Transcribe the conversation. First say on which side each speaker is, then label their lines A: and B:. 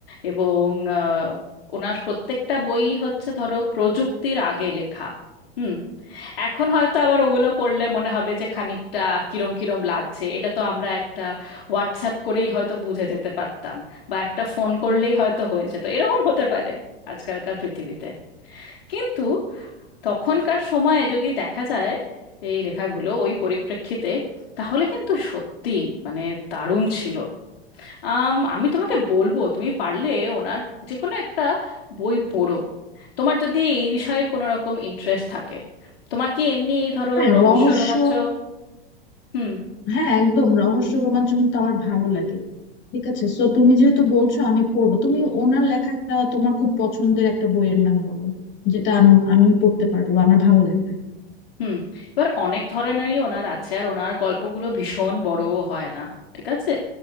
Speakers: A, on the left; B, on the left.
A: এবং আহ, ওনার প্রত্যেকটা বই হচ্ছে ধরো প্রযুক্তির আগে লেখা হুম এখন হয়তো আবার ওগুলো পড়লে মনে হবে যে খানিকটা কিরম কিরম লাগছে এটা তো আমরা একটা হোয়াটসঅ্যাপ করেই হয়তো বুঝে যেতে পারতাম বা একটা ফোন করলেই হয়তো হয়েছে তো এরকম হতে পারে আজকালকার পৃথিবীতে কিন্তু তখনকার সময়ে যদি দেখা যায় এই লেখাগুলো ওই পরিপ্রেক্ষিতে তাহলে কিন্তু সত্যি মানে দারুণ ছিল আম, আমি তোমাকে বলবো তুমি পারলে ওনার যে কোনো একটা বই পড়ো তোমার যদি এই বিষয়ে কোনো রকম ইন্টারেস্ট থাকে তোমার কি এমনি এই ধরো
B: হ্যাঁ
A: রহস্য
B: রহস্য
A: রোমাঞ্চ হুম
B: হ্যাঁ একদম রহস্য রোমাঞ্চ কিন্তু আমার ভালো লাগে ঠিক আছে তো তুমি যেহেতু বলছো আমি পড়বো তুমি ওনার লেখা একটা তোমার খুব পছন্দের একটা বইয়ের নাম বলো যেটা আম- আমি পড়তে পারবো বা আমার ভালো লাগবে
A: হুম এবার অনেক ধরনেরই ওনার আছে আর ওনার গল্পগুলো ভীষণ বড় হয় না ঠিক আছে